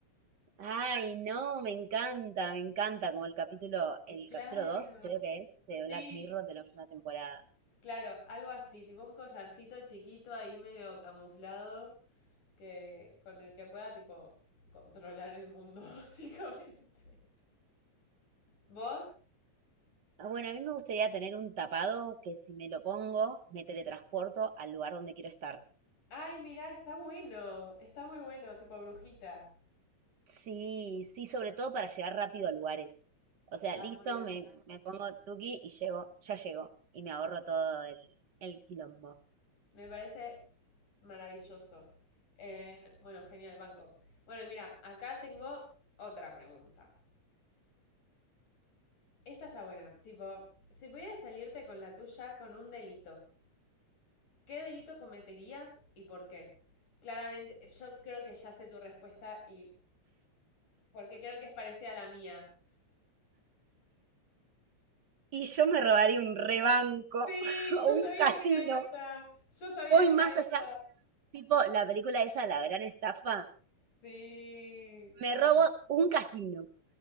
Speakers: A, on the right; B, on the left.
A: Ay, no, me encanta, me encanta, como el capítulo,
B: Y
A: el
B: Claro.
A: capítulo 2, creo que es, de
B: Sí,
A: Black Mirror de la última temporada.
B: claro, algo así, tipo un collarcito chiquito ahí medio camuflado que con el que pueda tipo controlar el mundo <laughs> básicamente. ¿Vos?
A: Ah, Bueno, a mí me gustaría tener un tapado que si me lo pongo, me teletransporto al lugar donde quiero estar.
B: Ay, mira, está bueno, está muy bueno, tipo brujita.
A: Sí, sí, sobre todo para llegar rápido a lugares. O sea,
B: Está
A: listo,
B: muy bien.
A: me, me pongo tuki y llego, ya llego. Y me ahorro todo el, el quilombo.
B: Me parece maravilloso. Eh, bueno, genial, banco. Bueno, y mira, acá tengo otra pregunta. Esta está buena, tipo, si pudieras salirte con la tuya con un delito. ¿Qué delito cometerías y por qué? Claramente, yo creo que ya sé tu respuesta y porque creo que es parecida a la mía.
A: Y yo me robaría un rebanco
B: Sí,
A: <laughs>
B: yo
A: o un
B: sabía
A: casino.
B: que era esta. Yo sabía
A: Voy
B: que
A: más
B: era esta.
A: allá, tipo la película esa, La Gran Estafa.
B: Sí,
A: Me robo un casino.